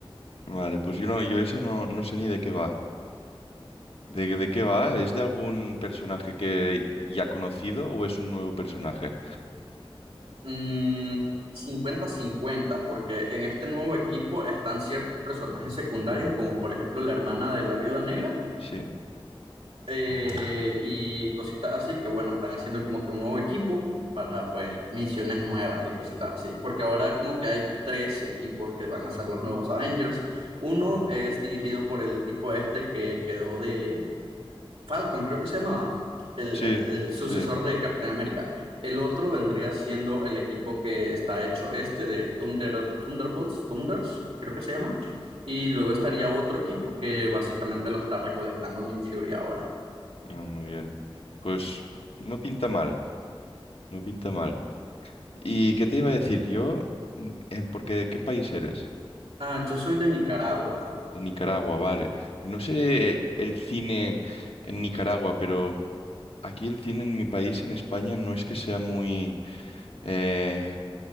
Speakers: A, on the left; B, on the right.
A: Vale, pues yo no, yo eso no, no sé ni de qué va. ¿De, de qué va? ¿Es de algún personaje que ya conocido o es un nuevo personaje?
B: Mm, cincuenta 50 porque en este nuevo equipo están ciertos personajes secundarios, como por ejemplo la hermana de la viuda negra,
A: Sí,
B: eh, y cositas así, que bueno, están haciendo como que un nuevo equipo para pues misiones nuevas y cositas así, porque ahora como que hay tres equipos que van a ser los nuevos Avengers. Uno es dirigido por el tipo este que quedó de Falcon, creo que se llamaba, el,
A: sí,
B: el- el sucesor
A: sí.
B: de Capitán América. El otro vendría siendo el equipo que está hecho este de Thunder, Thunderbolts, Thunders, creo que se llama. Y luego estaría otro equipo que básicamente lo está recolectando Nick Fury ahora.
A: Ah, muy bien. Pues no pinta mal, no pinta mal. ¿Y qué te iba a decir yo? N- eh, Porque ¿de qué país eres?
B: Ah, yo soy de Nicaragua.
A: De Nicaragua, vale. No sé el cine en Nicaragua, pero aquí el cine en mi país, en España, no es que sea muy... eh,